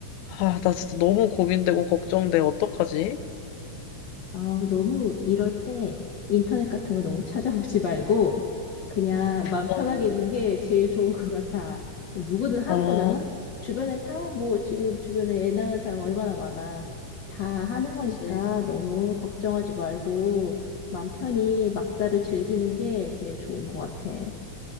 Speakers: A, on the left; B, on the left.
A: 아, 나 진짜 너무 고민되고 걱정돼. 어떡하지?
B: 아, 너무 이럴 때 인터넷 같은 거 너무 찾아보지 말고 그냥 마음
A: 어,
B: 편하게 있는 게 제일 좋은 것 같아. 누구든 하는
A: 아,
B: 거잖아? 주변에 다 뭐 지금 주변에 애 낳은 사람 얼마나 많아. 다 하는 거니까
A: 그치.
B: 너무 걱정하지 말고 마음 편히 막다를 즐기는 게 제일 좋은 것 같아.